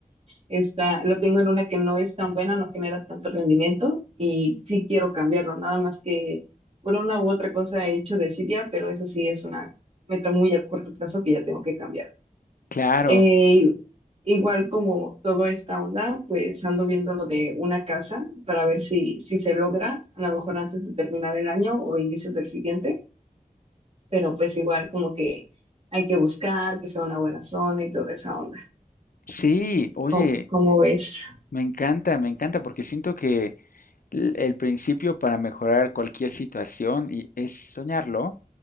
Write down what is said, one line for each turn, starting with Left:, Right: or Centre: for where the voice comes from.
Right: Está, lo tengo en una que no es tan buena, no genera tanto rendimiento y sí quiero cambiarlo, nada más que por una u otra cosa he hecho desidia, pero eso sí es una meta muy a corto plazo que ya tengo que cambiar.
Left: Claro.
Right: Eh, igual como toda esta onda, pues ando viendo lo de una casa para ver si, si se logra, a lo mejor antes de terminar el año o inicios del siguiente, pero pues igual como que hay que buscar que sea una buena zona y toda esa onda.
Left: Sí, oye,
Right: ¿Cómo, cómo ves?
Left: Me encanta, me encanta, porque siento que l- el principio para mejorar cualquier situación y- es soñarlo